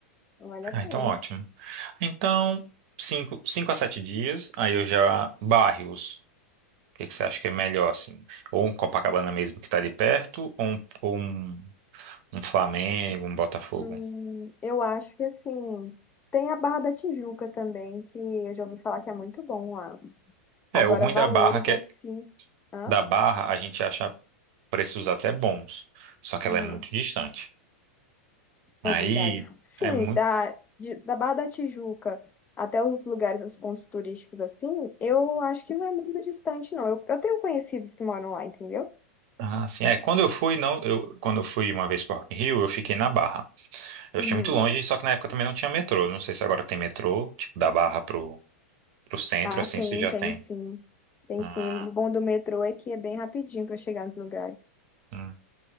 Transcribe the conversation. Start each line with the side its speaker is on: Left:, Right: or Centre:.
Left: vale a
Right: Ah,
Left: pena.
Right: então ótimo. Então, cinco, cinco a sete dias, aí eu já bairros. O que que você acha que é melhor, assim? Ou um Copacabana mesmo que tá ali perto, ou um, um Flamengo, um Botafogo.
Left: Hum, eu acho que assim, tem a Barra da Tijuca também, que eu já ouvi falar que é muito bom lá.
Right: É,
Left: Agora,
Right: o ruim
Left: valores
Right: da Barra que
Left: assim.
Right: é,
Left: Hã?
Right: da Barra a gente acha preços até bons, só que
Left: Uhum.
Right: ela é muito distante. Aí
Left: É verdade. Sim,
Right: é muito
Left: da, de- da Barra da Tijuca até os lugares, os pontos turísticos assim, eu acho que não é muito distante, não. Eu, eu tenho conhecidos que moram lá, entendeu?
Right: ah, assim, é, quando eu fui não, eu quando eu fui uma vez para Rock in Rio, eu fiquei na Barra. Eu
Left: Uhum.
Right: achei muito longe, só que na época também não tinha metrô. Não sei se agora tem metrô, tipo da Barra pro pro centro
Left: Ah,
Right: assim,
Left: tem,
Right: se já
Left: tem
Right: tem.
Left: sim. Tem
Right: Ah,
Left: sim. O bom do metrô é que é bem rapidinho para chegar nos lugares.
Right: hum.